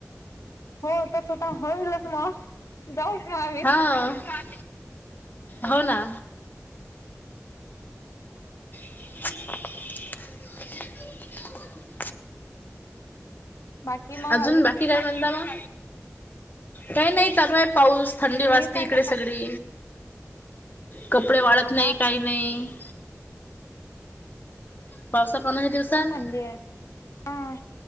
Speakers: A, on the left (about 75°); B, on the left (about 40°).
A: हो तस तर स्वतः होईलच ना. जाऊ छान
B: हा हो ना. <unintelligible>
A: बाकी मग
B: अजून बाकी काय म्हणता मग? काही नाही चालू आहे पाऊस थंडी
A: तुम्ही
B: वाजते
A: सांगा
B: इकडे सगळी. कपडे वाळत नाही
A: हा
B: काही नाही पावस पाण्याच्या च्या दिवसात
A: पण थंडी आहे हा